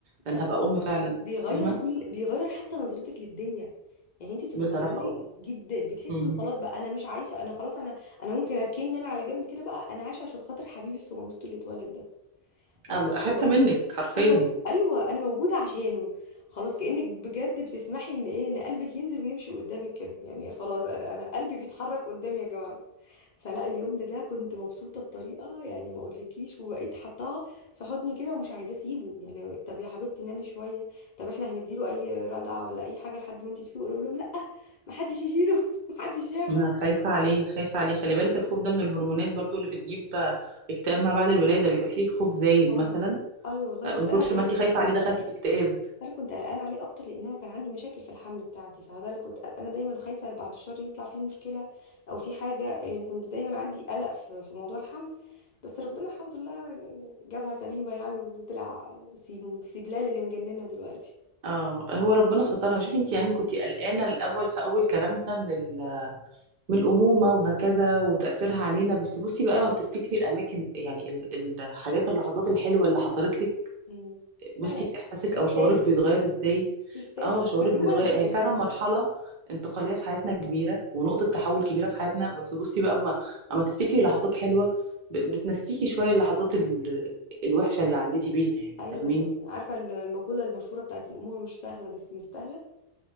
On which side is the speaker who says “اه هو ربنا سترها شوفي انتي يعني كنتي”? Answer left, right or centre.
Right